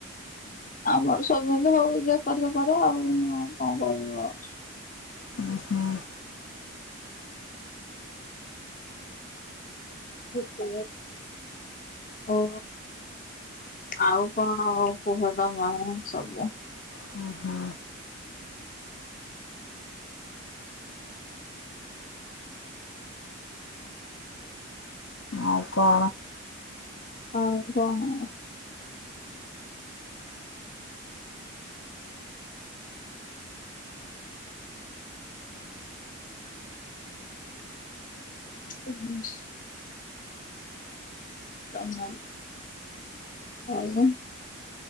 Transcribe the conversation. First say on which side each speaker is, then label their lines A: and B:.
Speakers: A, on the left; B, on the left.
A: ଆମର ସବୁ ଭଲ ଯାହା କରୁଚ କର ଆଉ କଣ କହିବି ଆଉ।
B: ଉଁ ହୁଁ
A: <unintelligible> ଓହୋ। ଆଉ କଣ କୁହ ତମେ ସବୁ।
B: ହୁଁ ହୁଁ। ଆଉ କଣ?
A: ଆଉ କଣ? <unintelligible> ତମାମ୍ ଆଉ